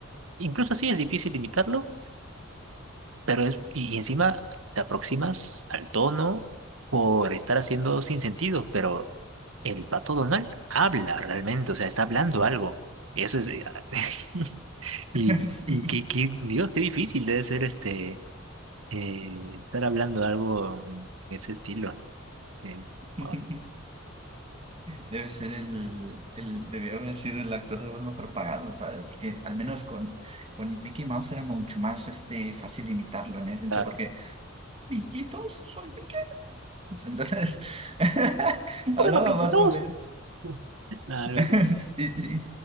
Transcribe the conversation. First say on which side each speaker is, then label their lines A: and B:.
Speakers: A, on the right; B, on the right.
A: incluso así es difícil imitarlo. Pero es, y, y encima te aproximas al tono por estar haciendo sin sentidos, pero el pato Donald habla realmente, o sea, está hablando algo. Eso es. <laughs> Y,
B: <laughs> Sí.
A: y qué, qué- Dios, qué difícil debe ser este eh, estar hablando algo en ese estilo. Que,
B: <laughs>
A: ah,
B: Debe ser el, el, debió haber sido el actor de voz mejor pagado, ¿sabes? Porque al menos con, con Mickey Mouse era mucho más este, fácil imitarlo en ese sentido,
A: claro.
B: porque, amiguitos, soy Mickey Mouse. Entonces, <laughs>
A: Hola,
B: hablaba
A: loquillitos.
B: más o menos,
A: <laughs> Algo
B: <laughs>
A: así.
B: sí, sí,